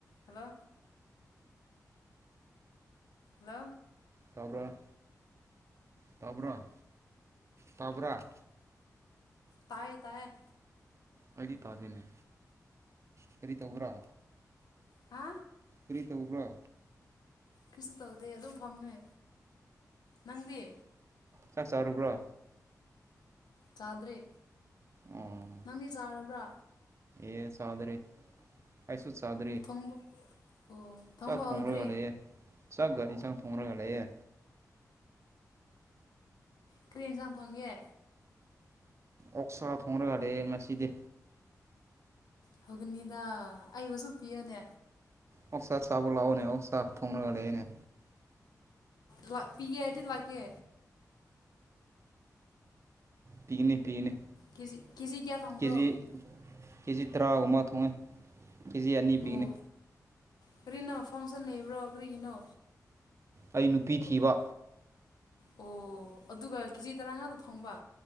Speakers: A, on the left (about 75°); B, on the right (about 40°).
A: hello hello
B: ꯇꯥꯕ꯭ꯔ ꯇꯕ꯭ꯔꯥ ꯇꯕ꯭ꯔꯥ
A: ꯇꯥꯏꯌꯦ ꯇꯥꯏꯌꯦ
B: ꯑꯩꯗꯤ ꯇꯥꯗꯦꯅꯦ ꯀꯔꯤ ꯇꯧꯕꯔꯥ
A: ꯍꯥ
B: ꯀ꯭ꯔꯤ ꯇꯧꯕ꯭ꯔꯥ
A: ꯀ꯭ꯔꯤꯁꯨ ꯇꯧꯗꯦ ꯑꯗꯨꯝ ꯐꯝꯃꯦ ꯅꯪꯗꯤ
B: ꯆꯥꯛ ꯆꯔꯨꯕ꯭ꯔꯥ
A: ꯆꯥꯗ꯭ꯔꯤ
B: ꯑꯣ
A: ꯅꯪꯗꯤ ꯆꯥꯔꯕ꯭ꯔꯥ
B: ꯑꯦ ꯆꯥꯗ꯭ꯔꯦ ꯑꯩꯁ ꯨ ꯆꯥꯗ꯭ꯔꯤ
A: ꯊꯣꯡꯕ ꯑꯣ ꯊꯣꯡꯕ
B: ꯆꯥꯛ ꯊꯣꯡꯂꯒ
A: ꯍꯧꯗ꯭ꯔꯤ
B: ꯂꯩꯑꯦ ꯆꯥꯛ ꯒꯅꯤꯁ ꯊꯣꯡꯔꯒ ꯂꯩꯌꯦ
A: ꯀ꯭ꯔꯤ ꯍꯦꯟꯖꯥꯡ ꯐꯪꯒꯦ
B: ꯑꯣꯛꯁꯥ ꯊꯣꯡꯔꯒ ꯂꯩꯌꯦ ꯉꯁꯤꯗꯤ
A: ꯍꯥꯎꯕꯅꯤꯗꯥ ꯑꯩꯕꯨꯁꯨ ꯄꯤꯌꯣꯅꯦ
B: ꯑꯣꯛꯁꯥ ꯆꯥꯕ ꯂꯥꯛꯑꯣꯅꯦ ꯑꯣꯛꯁꯥ ꯊꯣꯡꯔꯒ ꯂꯩꯌꯦꯅꯦ
A: ꯂꯣꯏ ꯄꯤꯒꯦ ꯍꯥꯏꯔꯗꯤ ꯂꯥꯛꯀꯦ
B: ꯄꯤꯒꯅꯤ ꯄꯤꯒꯅꯤ
A: ꯀꯦꯖꯤ ꯀꯦꯖꯤ ꯀ꯭ꯌꯥ ꯊꯣꯡꯕ꯭ꯔꯣ
B: ꯀꯦꯖꯤ ꯀꯦꯖꯤ ꯇꯔꯥꯒꯨꯝꯕ ꯊꯣꯡꯉꯦ ꯀꯦꯖꯤ ꯑꯅꯤ ꯄꯤꯒꯅꯤ
A: ꯑꯣ ꯀꯔꯤꯅꯣ ꯐꯪꯁꯟ ꯂꯩꯕ꯭ꯔꯣ ꯀꯔꯤꯒꯤꯅꯣ
B: ꯑꯩ ꯅꯨꯄꯤ ꯊꯤꯕ
A: ꯑꯣ ꯑꯗꯨꯒ ꯀꯦꯖꯤ ꯇꯔꯥ ꯉꯥꯇ ꯊꯣꯡꯕ